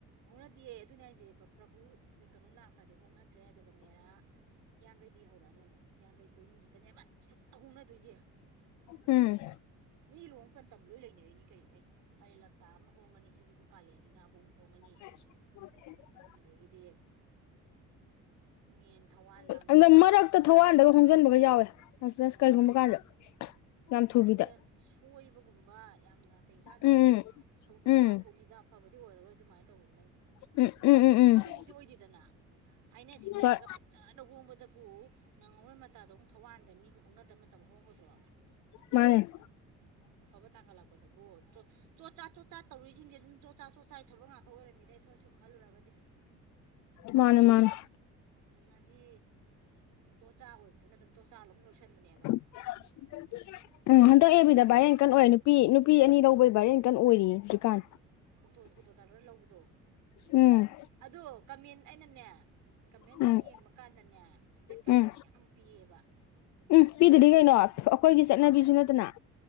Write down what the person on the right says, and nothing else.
ꯍꯣꯡꯅꯗꯌꯦꯦ ꯑꯗꯨꯅꯦ ꯍꯥꯏꯁꯦ ꯄ꯭ꯔꯚꯨ ꯀꯩꯅꯣ ꯂꯥꯛꯈ꯭ꯔꯗꯤ ꯍꯣꯡꯅꯗ꯭ꯔꯦ ꯑꯗꯨꯒ ꯃꯦꯔꯥ ꯍꯤꯡꯈꯩꯗꯤ ꯍꯧꯔꯛꯑꯅꯤ ꯑꯃꯨꯛ ꯍꯤꯡꯈꯩ ꯄꯣꯏꯅꯨꯡꯁꯤꯗꯅꯦꯕ ꯆꯨꯞꯅ ꯍꯧꯅꯗꯣꯏꯁꯦ
ꯃꯤ ꯂꯨꯍꯣꯡ ꯃꯇꯝ ꯂꯣꯏ ꯂꯩꯅꯔꯤꯅꯤ ꯀꯩꯅꯣꯍꯦ ꯐꯥꯏꯔꯦꯜ ꯂꯝꯇꯥ ꯑꯃ ꯍꯣꯡꯉꯅꯤ ꯁꯖꯤꯕꯨ ꯀꯥꯂꯦꯟ ꯏꯉꯥꯕꯧ ꯑꯃ ꯍꯣꯡꯉꯅꯤ
ꯑꯗꯒꯤꯗꯤ ꯏꯉꯦꯟ ꯊꯋꯥꯟ ꯂꯥꯡꯕꯟ
ꯃꯦꯔꯥ
ꯑꯗꯨꯗꯤ ꯁꯣꯏꯕꯒꯨꯝꯕ ꯌꯥꯝ ꯅꯥꯇꯩ ꯆꯥꯗꯕ
ꯊꯧꯗꯣꯛ
ꯋꯥꯊꯣꯛꯅꯤꯗ ꯐꯕꯗꯤ ꯑꯣꯏꯔꯔꯣꯏ ꯑꯗꯨꯃꯥꯏꯅ ꯇꯧꯕꯗꯨꯃꯅꯤ
ꯗꯤ ꯑꯣꯏꯗꯦꯗꯅ ꯍꯥꯏꯅ ꯁꯤꯡꯅꯔꯒ
ꯐꯖꯅ ꯍꯣꯡꯕꯗꯕꯨ ꯅꯪꯍꯧꯔꯣꯏ ꯃꯇꯥꯗꯧ ꯊꯧꯋꯥꯟꯗ ꯃꯤꯒꯤ ꯍꯣꯡꯅꯗꯕ ꯃꯇꯝ ꯍꯣꯡꯒꯗ꯭ꯔꯣ
ꯑꯐꯕ ꯇꯀ ꯂꯥꯛꯄꯗꯕꯣꯆ‌ꯣꯠ ꯆꯣꯠ ꯆꯥꯠ ꯆꯣꯠ ꯆꯥꯠ ꯇꯧꯔꯤꯁꯤꯡꯁꯦ ꯑꯗꯨꯝ ꯆꯣꯠ ꯆꯥꯠ ꯆꯣꯠ ꯆꯥꯏ ꯊꯕ ꯉꯥꯛꯇ ꯑꯣꯏꯔꯝꯃꯤꯗꯩ ꯑꯩꯈꯣꯏ ꯁꯨꯝ ꯈꯜꯂꯨꯔꯒꯗꯤ
ꯎ ꯉꯁꯤ ꯆꯣꯆꯥ ꯑꯣꯏꯕꯗꯨꯅ ꯑꯗꯨꯝ ꯆꯣꯆꯥ ꯑꯗꯨꯝ ꯂꯣꯏꯁꯟꯕꯅꯦꯕ
ꯍꯣꯡꯕ ꯍꯥꯏꯁꯦ
ꯑꯗꯨꯝ
ꯑꯣꯇꯣ ꯑꯣꯇꯣ ꯗ꯭ꯔꯥꯏꯚꯔ ꯂꯧꯕꯗꯣ
ꯑꯣ ꯀꯃꯟ ꯑꯩꯅꯅꯦ ꯀꯃꯦꯟ
ꯁꯨꯝ ꯌꯦꯡꯕ ꯀꯥꯟꯗꯅꯦ ꯕꯦꯠ ꯀꯃꯦꯟꯅꯥ
ꯌꯥꯝ ꯄꯤꯌꯦꯕ